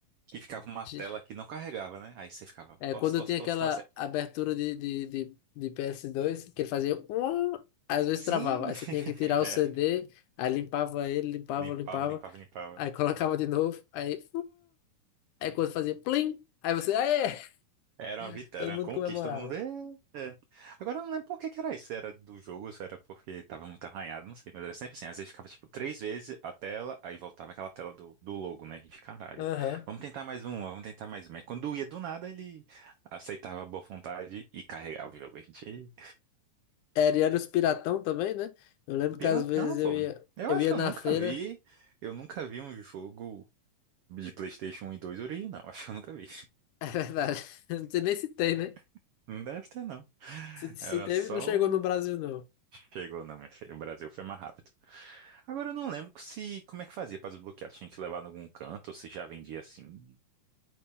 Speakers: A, on the right; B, on the left.
A: que ficava uma
B: ti-
A: tela que não carregava, né? Aí você ficava,
B: É,
A: tosse,
B: quando
A: tosse,
B: tinha
A: tosse,
B: aquela
A: tosse.
B: abertura de, de, de, de PS2, que ele fazia. um, Às vezes
A: Sim!
B: travava. Aí
A: <laughs>
B: você tinha que tirar o CD, aí limpava ele, limpava,
A: Limpava,
B: limpava,
A: limpava, limpava.
B: aí <laughs> colocava
A: É.
B: de novo, aí. Aí quando fazia plim, aí você, aê!
A: Era
B: <laughs>
A: uma vitória,
B: Todo
A: era uma
B: mundo
A: conquista
B: comemorava.
A: do mundo. É, é. Agora eu não lembro por que que era isso. Se era do jogo, se era porque tava muito arranhado, não sei. Mas era sempre assim. Às vezes ficava tipo três vezes a tela, aí voltava aquela tela do, do logo, né? A gente, caralho.
B: Aham.
A: Vamos tentar mais uma, vamos tentar mais uma. E quando ia do nada, ele aceitava a boa vontade e carregava o jogo. A gente,
B: Era, e era os piratão também, né? Eu lembro
A: piratão,
B: que às vezes
A: pô.
B: eu ia,
A: Eu
B: eu
A: acho
B: ia
A: que eu
B: na
A: nunca
B: feira.
A: vi,
B: <laughs>
A: eu nunca vi um jogo de PlayStation um e dois original. <laughs> Acho que eu nunca vi.
B: É verdade. Eu Não sei nem se tem, né?
A: <laughs> Não deve ter, não.
B: Se, se
A: Era
B: teve,
A: só
B: não chegou no Brasil, não.
A: Chegou, não, minha filha. O Brasil foi mais rápido. Agora eu não lembro se como é que fazia para desbloquear. Tinha que levar em algum canto ou se já vendia assim.